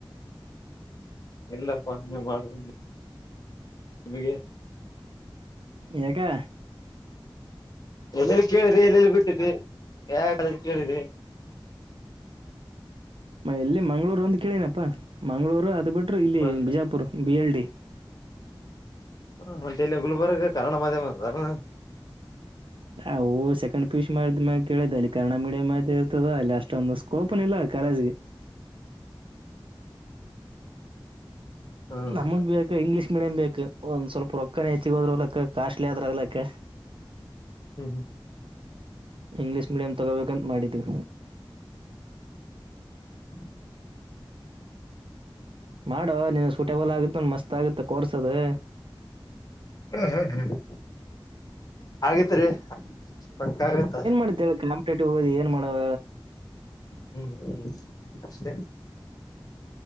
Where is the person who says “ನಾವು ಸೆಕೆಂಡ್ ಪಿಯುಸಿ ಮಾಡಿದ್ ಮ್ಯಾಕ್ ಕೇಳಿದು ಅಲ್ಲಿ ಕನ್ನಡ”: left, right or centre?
Right